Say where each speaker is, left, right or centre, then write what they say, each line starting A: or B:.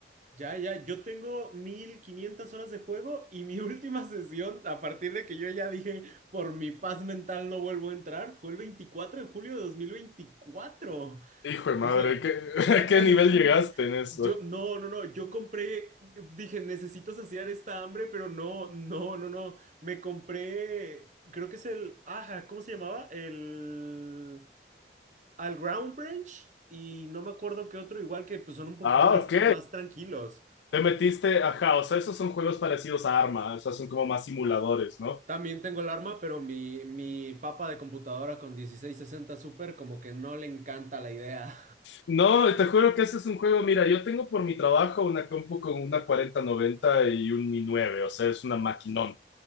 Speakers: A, on the right; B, on the left.
A: Ya, ya, yo tengo 1500 horas de juego y mi <laughs> última sesión, a partir de que yo ya dije, por mi paz mental no vuelvo a entrar, fue el 24 de julio de 2024.
B: Hijo de
A: O
B: madre,
A: sea,
B: ¿qué, <laughs>
A: ya,
B: qué
A: <laughs>
B: nivel llegaste en eso?
A: yo, no, no, no, yo compré, dije, necesito saciar esta hambre, pero no, no, no, no, me compré, creo que es el, ajá, ¿cómo se llamaba? El, al Ground Branch y no me acuerdo qué otro, igual que pues son un poquito
B: Ah,
A: más,
B: ok.
A: más tranquilos.
B: Te metiste, ajá, o sea, esos son juegos parecidos a Arma, o sea, son como más simuladores, ¿no?
A: También tengo el arma, pero mi, mi papa de computadora con dieciséis sesenta Super como que no le encanta la idea.
B: No, te juro que ese es un juego, mira, yo tengo por mi trabajo una compu con una 4090 y un i9, o sea, es una maquinón.